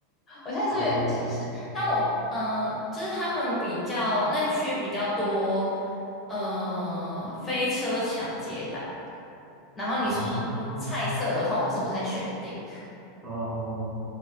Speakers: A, on the left; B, on the right.
A: 我现在是不是有点歧视，
B: 哦
A: 但我呃，就是他们比较那区比较多，呃，飞车抢劫党。然后你说
B: 哦哦
A: 菜色的话，我是不太确定。
B: 哦，